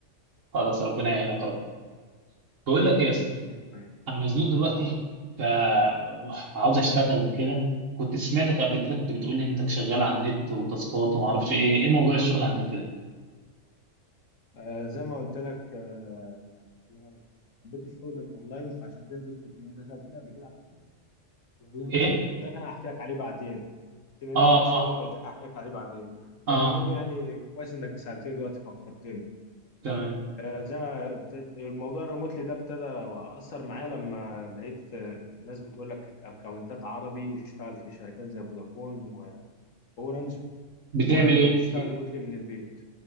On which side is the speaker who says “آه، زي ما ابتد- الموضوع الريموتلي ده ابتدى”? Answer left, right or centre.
Left